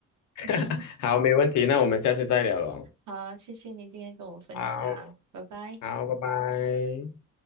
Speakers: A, on the left; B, on the right.
A: <laughs>
B: <laughs>
A: 好，没问题，那我们下次再聊喽。
B: 好，谢谢你今天跟我分享，
A: 好，
B: 拜拜。
A: 好，拜拜。